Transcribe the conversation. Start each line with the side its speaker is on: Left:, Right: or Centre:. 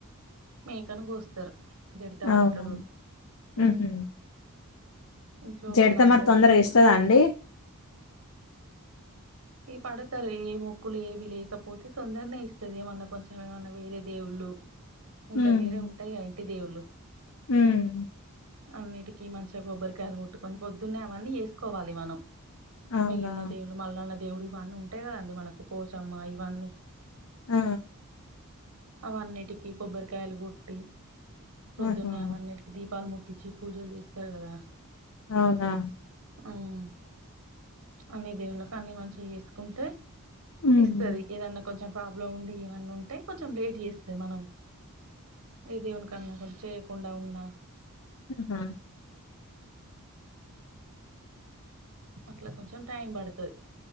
Right: మేకను గోస్తారు జడితవట్టడు
Left: అవునా
Right: ఉమ్
Left: ఉహు
Right: ఇంట్లో
Left: జడత
Right: వాళ్లందరూ
Left: మరి తొందరగా
Right: ఉప
Left: ఇస్తదా అండి
Right: ఈ పడతారు ఏ మొక్కులు ఏవి లేకపోతే తొందరనే ఇస్తది ఏమన్నా కొంచెం ఏమన్నా వేరే దేవుళ్ళు ఇంకా
Left: ఉమ్
Right: వేరే ఉంటాయి కదా ఇంటి దేవుళ్ళు
Left: ఉమ్
Right: అన్నిటికి మంచిగా కొబ్బరికాయలు కొట్టుకొని పొద్దున్నే అవన్నీ చేసుకోవాలి మనం
Left: అవునా
Right: మిగిలిన దేవుళ్ళు మల్లన్న దేవుడు ఇవన్నీ ఉంటాయి కదండి మనకు పోచమ్మ ఇవన్నీ
Left: ఆ
Right: అవన్నిటికి కొబ్బరికాయలు కొట్టి ప్రోద్దున్నే
Left: ఆహా
Right: అవన్నిటికి దీపాలు ముట్టించి పూజలు చేస్తారు కదా
Left: అవునా
Right: అవు అన్ని దేవుళ్ళలకు అన్ని మంచిగా చేసుకుంటే
Left: ఉమ్
Right: ఇస్తది ఏదన్నా కొంచెం ప్రాబ్లం ఉండి ఏమన్నా ఉంటే కొంచెం లేట్ చేస్తది మనం ఏ దేవునికి అన్న కొన్ని చేయకుండా ఉన్నా
Left: ఆహా
Right: అట్లా కొంచెం టైం పడతది